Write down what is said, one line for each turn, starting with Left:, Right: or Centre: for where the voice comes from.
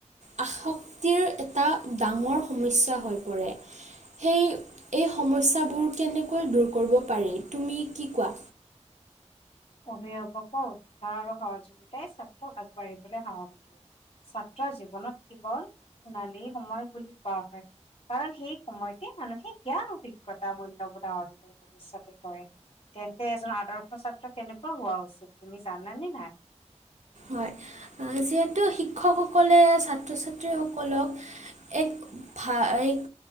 Right: আসক্তিৰ এটা ডাঙৰ সমস্যা হৈ পৰে সেই এই সমস্যাবোৰ কেনেক কৈ দূৰ কৰিব পাৰি তুমি কি কোৱা?
Left: অভিভাৱকৰ উৎসাহ আৰু সহযোগিতাই ছাত্ৰক আগবাঢ়িবলৈ সাহস দিয়ে। ছাত্ৰই জীৱনত কেৱল সোণালী সময় বুলি কোৱা হয় কাৰণ সেই সময়তে মানুহে জ্ঞান অভিজ্ঞতা মূল্যবোধ আহৰণ কৰে। ভৱিষ্যতে কৰে তেন্তে এজন আদৰ্শ ছাত্ৰ কেনেকুৱা হোৱা উচিত তুমি জানানে নাই?
Right: হয় অ, যিহেতু শিক্ষকসকলে ছাত্ৰ- ছাত্ৰীসকলক এক ভা এক